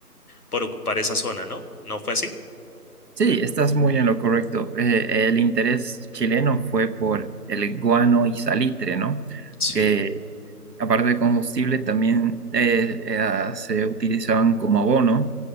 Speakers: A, on the left; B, on the right.
A: por ocupar esa zona, ¿no? ¿No fue así?
B: Sí, estás muy en lo correcto. Eh, el interés chileno fue por el guano y salitre, ¿no?
A: Sí.
B: Que aparte de combustible, también eh, eh, ah, se utilizaban como abono